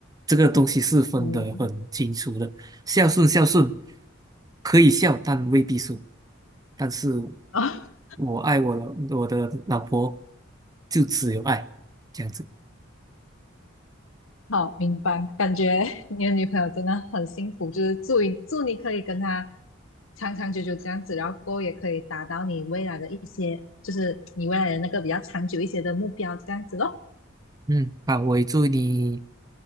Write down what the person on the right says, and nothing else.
这个东西是分得很清楚的。
孝顺，孝顺可以孝，但未必顺。但是
我爱我的我的老婆，就只有爱这样子。
嗯，好，我也祝你。